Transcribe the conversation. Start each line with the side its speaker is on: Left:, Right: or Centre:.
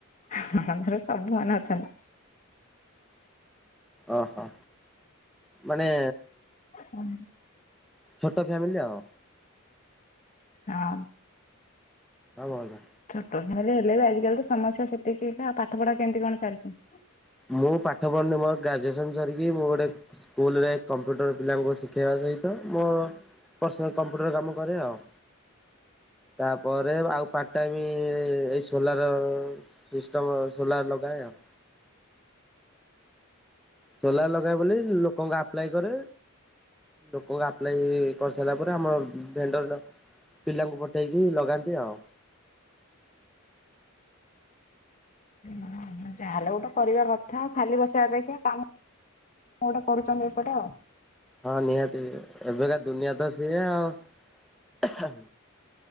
Left: ହାଁ ଆମଘରେ ସବୁ ମନେ ଅଛନ୍ତି।
Centre: ଓହୋ ମାନେ।
Left: ଉଁ।
Centre: ଛୋଟ ଫ୍ୟାମିଲି ଆଉ।
Left: ହଁ।
Centre: ଆଉ ଭଲ।
Left: ଛୋଟ ଫ୍ୟାମିଲି ହେଲେ ବି ଆଜିକାଲି ତ ସମସ୍ୟା ସେତିକି ନା। ପାଠପଢା କେମିତି କଣ ଚାଲିଛି?
Centre: ମୁଁ ପାଠ ପଢୁନି ମୋର ଗ୍ରାଜୁଏସନ ସରିକି ମୁଁ ଗୋଟେ ସ୍କୁଲ୍ରେ କମ୍ପ୍ୟୁଟର୍ ପିଲାଙ୍କୁ ଶିଖାଇବା ସହିତ ମୋ ପର୍ସନାଲ କମ୍ପ୍ୟୁଟର କାମ କରେ ଆଉ। ତାପରେ ଆଉ ପାଟ ଟାଇମ୍ ଏଇ ସୋଲାର। ସିଷ୍ଟମ ସୋଲାର ଲଗାଏ ଆଉ। ସୋଲାର ଲଗାଏ ବୋଲି ଲୋକଙ୍କ ଆପ୍ଲାଏ କରେ। ଲୋକଙ୍କ ଆପ୍ଲାଇ କରିସାରିଲା ପରେ ଆମର ଭେଣ୍ଡର ପିଲାଙ୍କୁ ପଠେଇକି ଲଗାନ୍ତି ଆଉ।
Left: <inaudible> ଯା ହେଲେ ଗୋଟେ କରିବା କଥା ଆଉ ଖାଲି ବସିବା ଅପେକ୍ଷା କାମ ଗୋଟେ କରୁଛନ୍ତି ଏପଟେ ଆଉ।
Centre: ହଁ ନିହାତି ଏବେକା ଦୁନିଆ ତ ସେଇଆ ଆଉ।